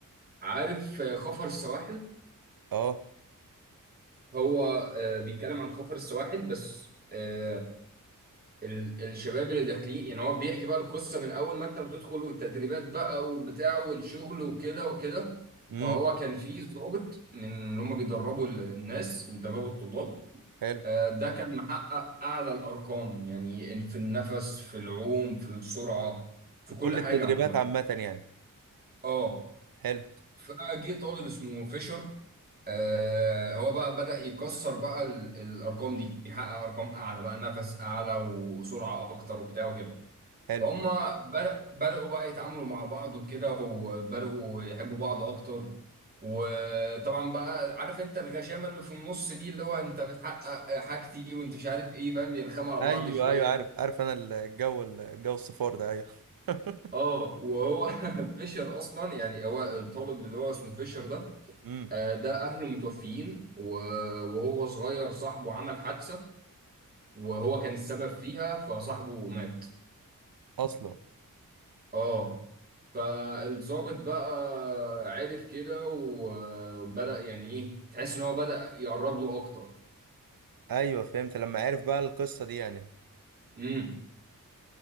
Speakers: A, on the right; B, on the right.
A: عارف آه، خفر السواحل
B: اه
A: هو آه بيتكلم عن خفر السواحل بس آه ال الشباب اللي داخلين يعني هو بيحكي بقى القصة من اول ما انت بتدخل والتدريبات بقى وبتاع والشغل وكده وكده
B: امم
A: فهو كان في ضابط من اللي هم بيدربوا ال- الناس بيدربوا الطلاب
B: حلو
A: آه، ده كان محقق أعلى الأرقام يعني في النفس في العوم في السرعة في كل
B: كل
A: حاجة
B: التدريبات
A: عموما
B: عامه يعني
A: اه
B: حلو
A: فجه طالب اسمه فيشر آه هو بقى بدأ يكسر بقى ال- الارقام دي بيحقق ارقام اعلى بقى نفس اعلى وسرعه اكتر وبتاع وكده
B: حلو
A: فهم بدأ بدأوا بقى يتعاملوا مع بعض وكده وبدأوا يحبوا بعض اكتر وطبعا بقى عارف انت الغشامه اللي في النص دي اللي هو انت بتحقق حاجتي وانت مش عارف ايه فاهم يرخموا على
B: ايوه
A: بعض شويه
B: ايوه عارف عارف انا الجو الجو الصفار ده ايوه <laughs>
A: اه وهو <laughs> فيشر اصلا يعني هو الطالب اللي هو اسمه فيشر ده
B: امم
A: آه، ده اهله متوفيين و- وهو صغير صاحبه عمل حادثة وهو كان السبب فيها فصاحبه مات
B: اصلا
A: اه فالضابط بقى عرف كده وبدأ يعني ايه تحس ان هو بدأ يقرب له اكتر
B: ايوه فهمت لما عرف بقى القصه دي يعني
A: امم